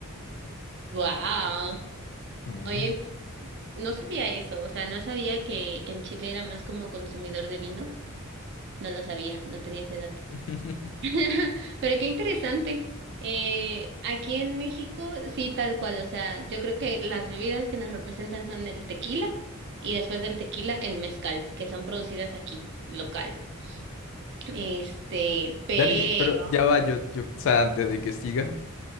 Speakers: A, on the right; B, on the left.
A: Wow.
B: Mm.
A: Oye, no sabía eso, o sea, no sabía que, que en Chile era más como consumidor de vino. No lo sabía, no tenía ese dato.
B: <laughs>
A: <laughs> Pero qué interesante. Eh, aquí en México, sí, tal cual, o sea, yo creo que las bebidas que nos representan son el tequila y después del tequila el mezcal, que son producidas aquí, local. Este, pero
B: Dani, pero ya va, yo, yo, o sea, antes de que siga,